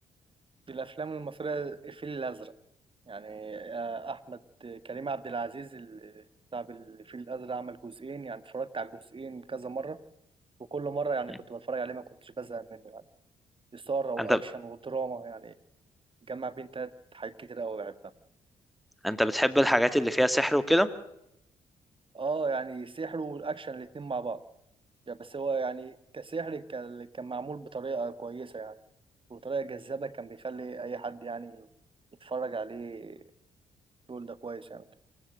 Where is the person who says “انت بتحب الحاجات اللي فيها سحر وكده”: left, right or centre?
Centre